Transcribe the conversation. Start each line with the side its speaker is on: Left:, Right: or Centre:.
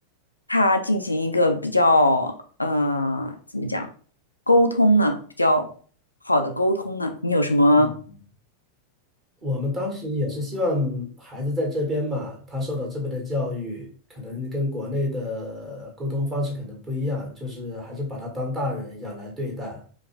Left: 他进行一个比较呃怎么讲沟通呢？比较好的沟通呢？你有什么
Right: 嗯。我们当时也是希望孩子在这边嘛，他受到这边的教育，可能跟国内的沟通方式可能不一样，就是还是把他当大人一样来对待。